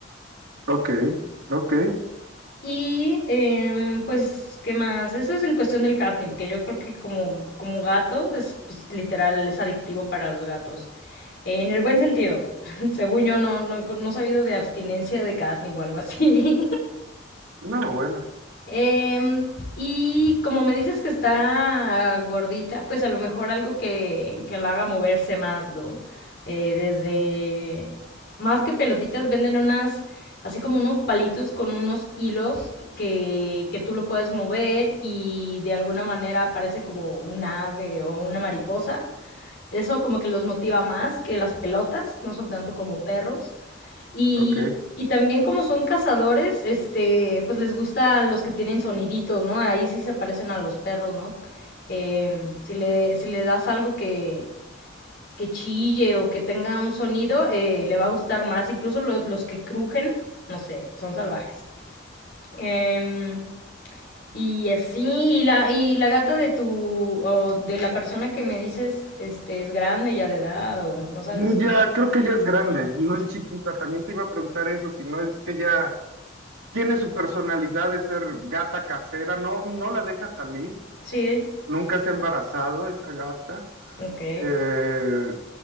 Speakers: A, on the right; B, on the left.
A: ok, ok.
B: Y em, pues, ¿qué más? Eso es en cuestión del catnip, que yo creo que como, como gato es pues, literal, es adictivo para los gatos. En el buen sentido. <laughs> Según yo, no, no, no he sabido de abstinencia de catnip o algo así. <laughs>
A: No, bueno,
B: Em, y como me dices que está gordita, pues a lo mejor algo que, que la haga moverse más, ¿no? Eh, desde, más que pelotitas, venden unas, así como unos palitos con unos hilos que, que tú lo puedes mover y de alguna manera parece como un ave o una mariposa. Eso como que los motiva más que las pelotas, no son tanto como perros. Y,
A: ok.
B: y también como son cazadores, este, pues les gustan los que tienen soniditos, ¿no? Ahí sí se parecen a los perros, ¿no? Eh, si le, si le das algo que, que chille o que tenga un sonido, eh, le va a gustar más. Incluso lo- los que crujen, no sé, son salvajes. Em, y así, y la, y la gata de tu, o de la persona que me dices, este, es grande ya de edad o no sabes.
A: Ya, creo que ya es grande, no es chiquita. También te iba a preguntar eso, si no es que ya... tiene su personalidad de ser gata casera, no, no la deja salir,
B: Sí,
A: nunca se ha embarazado esa gata.
B: ok.
A: Eh,